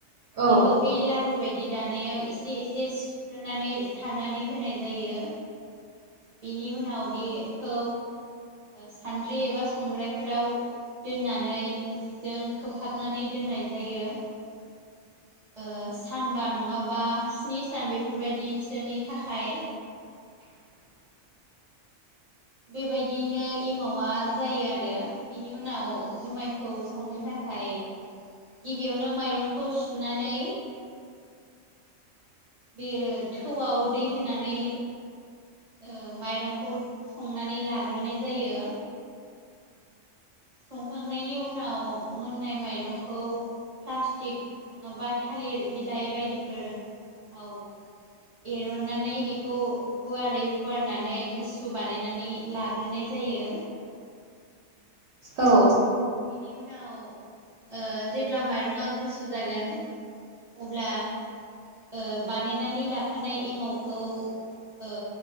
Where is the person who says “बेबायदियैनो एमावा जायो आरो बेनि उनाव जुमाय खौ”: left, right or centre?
Right